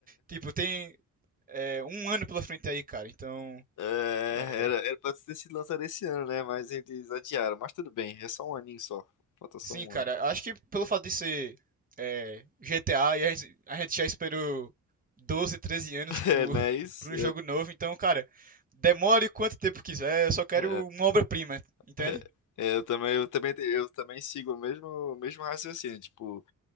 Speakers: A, on the right; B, on the left.
A: Tipo, tem é, um ano pela frente aí, cara. Então.
B: É,
A: é,
B: era, era pra ter sido lançado esse ano, né? Mas eles adiaram. Mas tudo bem, é só um aninho só. Falta só
A: sim,
B: um
A: cara.
B: ano.
A: Acho que pelo fato de ser é, GTA, e a gente, a gente já esperou 12, 13 anos
B: <laughs>
A: por,
B: É, não
A: <laughs>
B: é isso?
A: por um jogo novo. Então, cara, demore quanto tempo quiser. Eu só quero
B: É,
A: uma obra-prima, entende?
B: é, é. É, eu também, eu também, te- eu também sigo o mesmo, o mesmo raciocínio. Tipo.